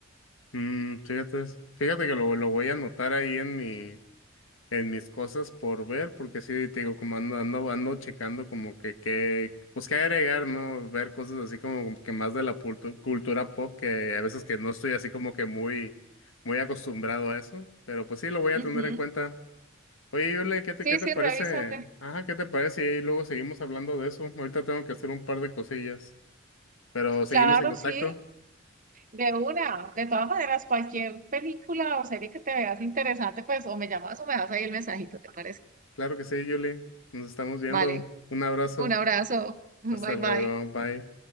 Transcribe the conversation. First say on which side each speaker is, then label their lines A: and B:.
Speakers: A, on the left (about 75°); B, on the right (about 40°).
A: Mm, fíjate, fíjate que lo, lo voy a anotar ahí en mi, en mis cosas por ver, porque sí, te digo, como ando, ando, ando checando como que, que, pues qué agregar, ¿no? Ver cosas así como que más de la pultu- cultura pop, que a veces que no estoy así como que muy, muy acostumbrado a eso, pero pues sí, lo voy a
B: Ujú.
A: tener en cuenta. Oye, Yule, ¿qué te,
B: Sí,
A: qué
B: sí,
A: te parece?
B: revísate.
A: Ajá, ¿qué te parece? Y luego seguimos hablando de eso. Ahorita tengo que hacer un par de cosillas, pero seguimos
B: Claro,
A: en contacto.
B: sí. De una, de todas maneras, cualquier película o serie que te veas interesante, pues o me llamas o me das ahí el mensajito, ¿te parece?
A: Claro que sí, Yule. Nos estamos viendo.
B: Vale,
A: Un abrazo.
B: un abrazo, <laughs> bye
A: Hasta luego.
B: bye.
A: Bye.